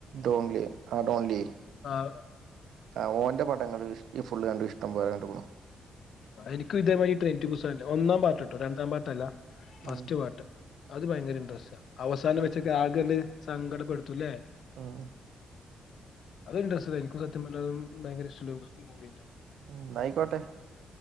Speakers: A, on the right; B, on the left.
A: ഡോഗ്ലി ആ ഡോഗ്ലി.
B: ആഹ്.
A: ആഹ് ഓന്റെ പടങ്ങള് ഇഷ് ഫുള്ള് കണ്ടു ഇഷ്ടം പോലെ കണ്ടുക്കുണു.
B: ആഹ് എനിക്കും ഇതേമാരി ട്രെയിൻ ടു ബുസ്സാൻ ഒന്നാം പാർട്ട് ട്ടോ രണ്ടാം പാർട്ടല്ല ഫസ്റ്റ്
A: ഉം
B: പാർട്ട്. അത് ഭയങ്കര ഇൻട്രസ്റ്റാ അവസാനം വെച്ചൊക്കെ ആകല് സങ്കടപ്പെടുത്തൂല്ലേ.
A: ആഹ്.
B: അത് ഇട്രസ്റ്റ്ള്ളാ എനിക്കും സത്യം പറഞ്ഞാ അതും ഭയങ്കരഷ്ടല്ല മൂവ്യന്നെ.
A: എന്നായ്ക്കോട്ടെ.